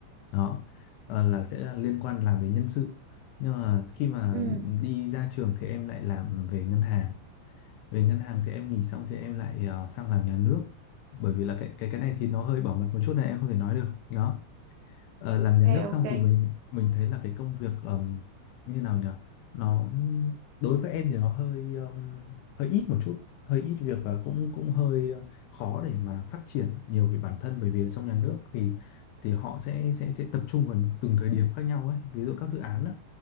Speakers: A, on the left; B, on the right.
A: Đó, ờ, là sẽ là liên quan làm đến nhân sự. Nhưng mà khi mà
B: ừ
A: đi ra trường thì em lại làm về ngân hàng về ngân hàng thì em nghỉ xong thì em lại ờ, sang làm nhà nước bởi vì là cái cái cái này thì nó hơi bảo mật một chút này em không thể nói được đó Ờ, làm nhà
B: ok
A: nước xong
B: ok
A: thì mình mình thấy là cái công việc ờm, như nào nhỉ nó đối với em thì nó hơi ờm, hơi ít một chút hơi ít việc và cũng cũng hơi ờ, khó để mà phát triển nhiều về bản thân bởi vì ở trong nhà nước thì thì họ sẽ sẽ sẽ tập trung vào từng thời điểm khác nhau ấy ví dụ các dự án á